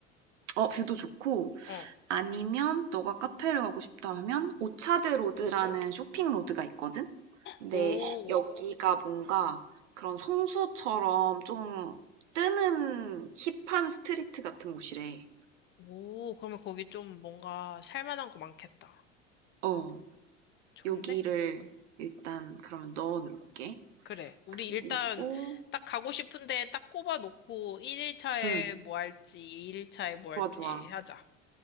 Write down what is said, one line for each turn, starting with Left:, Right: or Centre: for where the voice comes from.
Right: 어, 뷰도 좋고
Left: 어.
Right: 아니면 너가 카페를 가고 싶다 하면 오차드 로드라는 쇼핑 로드가 있거든? 근데
Left: 오,
Right: 여기가 뭔가 그런 성수처럼 좀 뜨는 힙한 스트리트 같은 곳이래.
Left: 오, 그러면 거기 좀 뭔가 살만한 거 많겠다.
Right: 어,
Left: 좋은데?
Right: 여기를 일단 그러면 넣어 놓을게.
Left: 그래. 우리
Right: 그리고
Left: 일단 딱 가고 싶은데 딱 꼽아놓고 1일차에
Right: 응,
Left: 뭐 할지, 2일차에 뭐 할지
Right: 좋아, 좋아.
Left: 하자.